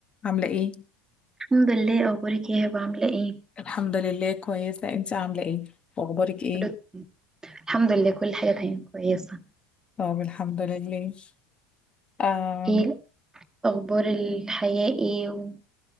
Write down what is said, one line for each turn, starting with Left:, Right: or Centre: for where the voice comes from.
Left: عاملة ايه؟
Right: الحمد لله اخبارك ايه هبه عامله ايه
Left: الحمد لله كويسة انت عاملة ايه؟ واخبارك ايه؟
Right: كله تمام. الحمد لله كل حاجه تمام كويسه
Left: طب الحمد لله آم
Right: ايه اخبار الحياه ايه و-